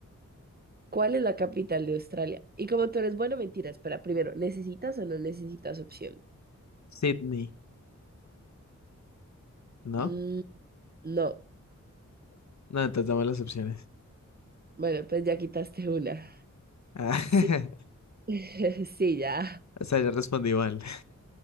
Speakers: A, on the right; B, on the left.
A: ¿Cuál es la capital de Australia? Y como tú eres bueno, mentira, espera, primero, ¿necesitas o no necesitas opción?
B: Sydney, ¿no?
A: Mm, no.
B: No, entonces dame las opciones.
A: Bueno, pues ya quitaste una.
B: Ah,
A: Sí,
B: <laughs>
A: <laughs> sí, ya.
B: o sea, yo respondí mal.